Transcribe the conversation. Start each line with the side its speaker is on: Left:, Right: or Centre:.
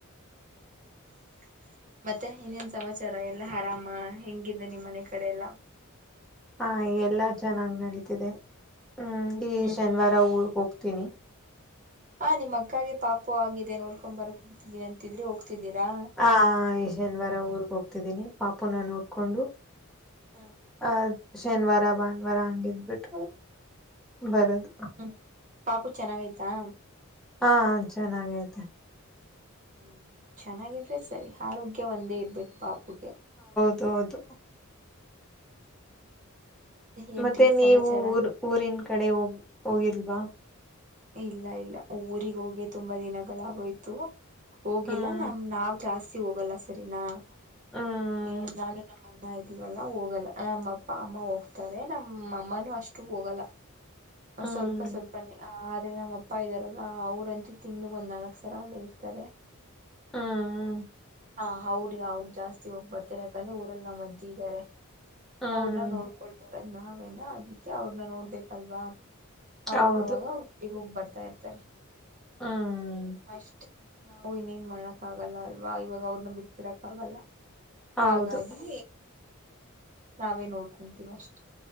Right: <inaudible> ಮತ್ತೆ ಏನೇನ್ ಸಮಾಚಾರ ಎಲ್ಲಾ ಆರಾಮ ಹೆಂಗಿದೆ ನಿಮ್ಮ್ ಮನೆ ಕಡೆ ಎಲ್ಲ
Centre: ಹಾ ಎಲ್ಲಾ ಚೆನ್ನಾಗ್ ನಡೀತಿದೆ ಹ್ಮ್ ಈ
Right: ಹ್ಮ್
Centre: ಶನಿವಾರ ಊರು ಹೋಗ್ತೀನಿ
Right: ಹಾ ನಿಮ್ಮ ಅಕ್ಕಾಗೆ ಪಾಪು ಆಗಿದೆ ನೋಡ್ಕೊಂಡ್ ಬರ್ಕ್ ಹತೀನಿ ಅಂತಿದ್ರಿ ಹೋಗ್ತ ಗ್ತಾದ್ದೀರಾ
Centre: ಹ ಈ ಶನಿವಾರ ಊರಿಗೆಗ್ ಹೋಗ್ತಿದ್ದೀನಿ ಪಾ ಪುನಃ ನೋಡ್ಕೊಂಡು
Right: ಹ್ಮ್
Centre: ಆ ಶನಿವಾರ ಭಾನುವಾರ ಹಂಗಿದ್ಬಿಟ್ಟು ಬರದು
Right: ಹ್ಮ್ ಪಾಪು ಚೆನ್ನಾಗೈತೆ
Centre: ಹಾ ಚೆನ್ನಾಗೈತೆ
Right: ಹ್ಮ್ ಚೆನ್ನಾಗಿದ್ರೆ ಸರಿ ಆರೋಗ್ಯ ಒಂದೇ ಇರ್ಬೇಕು ಪಾಪುಗೆ
Centre: ಹೌದು ಹೌದು
Right: ಏನ್ರೀ
Centre: ಮತ್ತೆ
Right: ಸಮಾಚಾರ
Centre: ನೀವು ಊರ್ ಊರಿನ್ ಕಡೆ ಹೋಗ ಹೋಗಿಲ್ವಾ
Right: ಇಲ್ಲ ಇಲ್ಲ ಊರಿಗೆ ಹೋಗಿ ತುಂಬಾ ದಿನಗಳಾಗೋಯ್ತು ಹೋಗಿಲ್ಲ
Centre: ಹ್ಮ್
Right: ನಮ್ ನಾವ್ ಜಾಸ್ತಿ ಹೋಗಲ್ಲ ಸರಿನಾ
Centre: ಹ್ಮ್
Right: ಊರಿಗೆ ನಾನು ನಮ್ಮ ಅಣ್ಣ ಇದೀವಲ್ಲ ಹೋಗಲ್ಲ ನಮ್ಮ ಅಪ್ಪ ಅಮ್ಮ ಹೋಗ್ತಾರೆ ನಮ್ಮ ಅಮ್ಮನುೂ ಅಷ್ಟು ಹೋಗಲ್ಲ
Centre: ಹ್ಮ್
Right: ಸ್ವಲ್ಪ ಸ್ವಲ್ಪ ನೆ ಅ ಆದ್ರೆ ನಮ್ಮ ಅಪ್ಪ ಇದ್ದಾರಲ್ಲ ಅವ್ರಂತೂ ತಿಂಗ್ಳಗ್ ಒಂದ್ ನಾಲ್ಕಕ್ ಸರ ಅಲ್ಲಿೇ ಇರ್ತಾರೆ
Centre: ಹ್ಮ್
Right: ಹಾ ಹೌದಿ ಹ ಅವದದು ಜಾಸ್ತಿ ಹೋಗ್ ಬರ್ತಾರೆ ಯಾಕಂದ್ರೆ ಊರಲ್ಲಿ ನಮ್ಮ ಅಜ್ಜಿ ಇದ್ದಾರೆ
Centre: ಹ್ಮ್
Right: ಅವ್ರನ್ನ ನೋಡ್ಕೊಳ್ತಾರೆ ನಾವೇನ ಅದಕ್ಕೆ ಅವ್ರನ್ನ ನೋಡ್ಬೇಕಲ್ವಾ ಅವಾಗ
Centre: ಹೌದು
Right: ಅವಾಗ ಒಟ್ಟಿಗೆ ಹೋಗ್ಬರ್ೆ ಮಾಡ್ತಾ ಇರ್ತಾರೆ
Centre: ಹ್ಮ
Right: ಅಷ್ಟೇ ನಾವು ಇನ್ನೇನ್ ಮಾಡಕ್ ಆಗಲ್ಲ ಅಲ್ವಾ ಇವಾಗ ಅವ್ರನ್ನ ಬಿಟ್ಬಿಡಕ್ ಆಗಲ್ಲ
Centre: ಹೌದು
Right: ಹಾಗಾಗಿ ನಾವೇ ನೋಡ್ಕೊಂತೀವ ಅಷ್ಟೆ